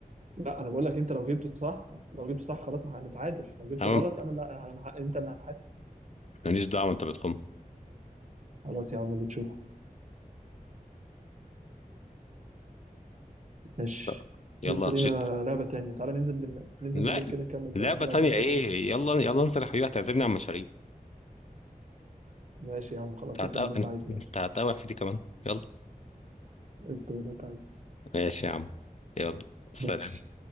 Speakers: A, on the right (about 55°); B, on the left (about 50°).
A: لا انا بقول لك انت لو جبته صح لو جبته صح خلاص ما هنتعادل لو جبته
B: تمام
A: غلط انا لا ه- انت اللي هتحاسب
B: ماليش دعوه انت بتخم
A: خلاص يا عم اللي تشوفه ماشي
B: لا. يلا
A: لسه
B: تش...
A: لينا لعبة تانية تعالى ننزل بال... ننزل
B: لا
A: بالليل كده نكمل
B: لعبه
A: بقى نلعب
B: تانية
A: جيم كمان
B: ايه
A: ولا حاجة
B: يلا يلا انت يا حبيبي هتعزمني على المشاريب
A: ماشي يا عم خلاص
B: انت هتقاوح
A: اطلب اللي انت عايزه
B: انت
A: يلا
B: هتقاوح في دي كمان يلا
A: اطلب اللي انت عايزه
B: ماشي يا عم يلا
A: <laughs>
B: سلام
A: ماشي